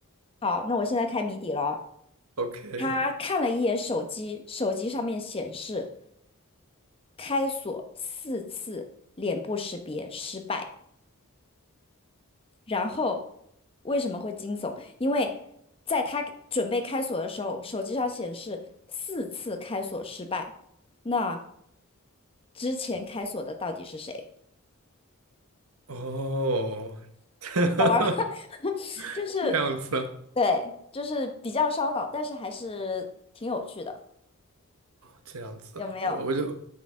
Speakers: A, on the left (about 25°); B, on the right (about 80°).
A: 好，那我现在开谜底了。
B: ，OK，
A: 他看了一眼手机，手机上面显示开锁四次，脸部识别失败。然后为什么会惊悚？因为在他准备开锁的时候，手机上显示四次开锁失败。那之前开锁的到底是谁？
B: 哦，<laughs>
A: 好玩吗？<laughs> 就是
B: 这样子啊，
A: 对，就是比较烧脑，但是还是挺有趣的，
B: 这样子啊，
A: 有没有？
B: 我我就